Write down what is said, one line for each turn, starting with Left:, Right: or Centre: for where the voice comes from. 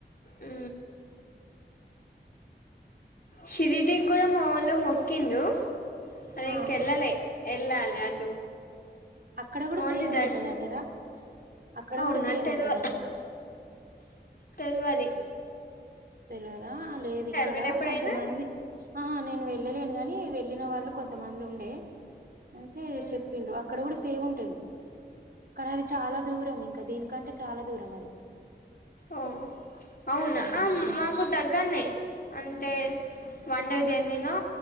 Left: ఆ శరిీడి్ గుడ మావలు మొక్కింద అదే
Right: ఆ
Left: ఇంకెళ్ళాల ఎలా అ అ
Right: అక్కడ కూడా
Left: అవున్లీ
Right: సేవ
Left: దర్శన్
Right: ఉంటదటరా అక్కడ
Left: అవునా
Right: కూడా సేవ
Left: తెల్వ
Right: ఉంటదంట
Left: తెల్వని
Right: తెలియదా లేదు ఇక్కడ
Left: మీరు ఎప్పుడైనా
Right: కొంతమంది ఆ నేను వెళ్ళలేను నీ వెళ్లిిన వాళ్ళు కొంతమంది ఉండే అయితే
Left: ఉమ్
Right: చెప్పిండ్రు అక్కడ కూడా సేవ్ ఉంటది కానీ అది చాలా దూరం ఇంకా దీనికంటే చాలా దూరం అది
Left: ఓ అవునా
Right: హ్మ్.
Left: ఆ
Right: మా
Left: మాకు దగ్గ న్న అంటే వన్ డే జర్నీనో